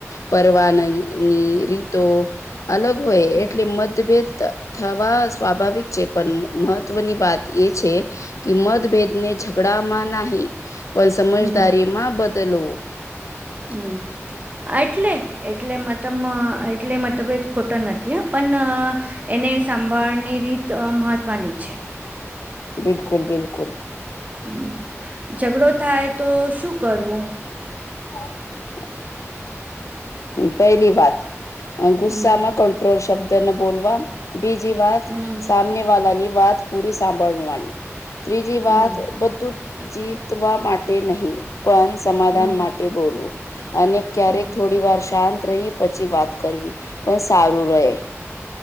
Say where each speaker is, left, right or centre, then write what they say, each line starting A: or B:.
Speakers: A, on the left; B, on the right.
A: પરવાન ની રીતો અલગ હોય
B: હમ
A: એટલે મતભેદ. થવા સ્વાભાવિક છે પણ મહત્વની વાત એ છે. કે મતભેદ ને ઝગડા માં નહી પણ સમજદારી
B: હમ
A: માં બદલો.
B: હમ એટલે એટલે મત એટલે મતભેદ ખોટા નથી હ પણ એને સાંભળની રીત મહત્વની છે
A: બિલકુલ બિલકુલ
B: મ ઝઘડો થાય તો શું કરવું
A: <inaudible> પહેલી વાત ગુસ્સામાં
B: હમ
A: કંટ્રોલ શબ્દને બોલવા બીજી વાત
B: હમ
A: સામને વાળની વાત પૂરી સાંભળવાની ત્રીજી
B: હમ
A: વાત બધું જીતવા માટે નહીં પણ સમાધાન
B: હમ
A: માટે બોલ અને ક્યારેક
B: હમ
A: થોડી વાર શાંત રહી પછી વાત કરવી પણ સારું રહે